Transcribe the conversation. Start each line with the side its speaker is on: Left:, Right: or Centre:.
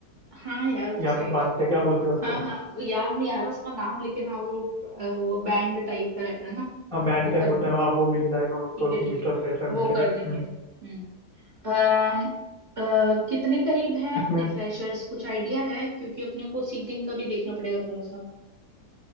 Right: हाँ यार वो
Centre: यहाँ
Right: साइड
Centre: पे बांधते हैं क्या बोलते हैं उसको
Right: हाँ हाँ वो याद नहीं आ रहा उसका नाम लेकिन हाँ वो अ, वो बैंड टाइप का रहता है ना
Centre: हाँ बैंड
Right: वो
Centre: टाइप
Right: कर
Centre: होता
Right: लें
Centre: है वहाँ वो मिल जाएगा
Right: ठीक
Centre: उनको कि
Right: है ठीक
Centre: मिस्टर
Right: है
Centre: फ्रेशर मिस्टर
Right: वो कर
Centre: हम्म
Right: देंगे हम्म अम, अ, कितने करीब हैं
Centre: इसमें
Right: अपने फ्रेशर्स कुछ आइडिया है क्योंकि अपने को सीटिंग का भी देखना पड़ेगा थोड़ा सा